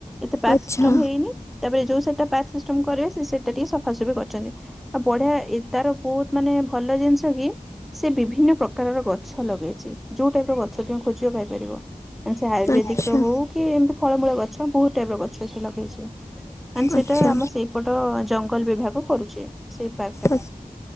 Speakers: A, in the centre; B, on the left (about 20°).
A: ଏତେ ପାର୍କ
B: ଆଚ୍ଛା
A: ସିଷ୍ଟମ ହେଇନି। ତାପରେ ଯୋଉ ସେଟା ପାର୍କ ସିଷ୍ଟମ କରିବେ, ସେ ସେଟା ଟିକେ ସଫାସଫି କରୁଛନ୍ତି। ଆଉ ବଢିଆ ଏ ତାର ବହୁତ ମାନେ ଭଲ ଜିନିଷ କି ସେ ବିଭିନ୍ନ ପ୍ରକାରର ଗଛ ଲଗେଇଛି। ଯୋଉ ଟାଇପ ର ଗଛ ଛ ଖୋଜିବା ପାଇପାରିବ, ସେ ଆୟୁର୍ବେଦିକ
B: ଆଚ୍ଛା
A: ର ହଉ କି ଏମତି ଫଳ ଗଛ ବହୁତ ଟାଇପ ର ଗଛ ସେ ଲଗେଇଛି। ମାନେ ସେଟା
B: ଆଚ୍ଛା
A: ଆମ ସେଇପଟ ଜଙ୍ଗଲ ବିଭାଗ କରୁଛି। ସେଇ ପାର୍କ ଟା।
B: ଆଛା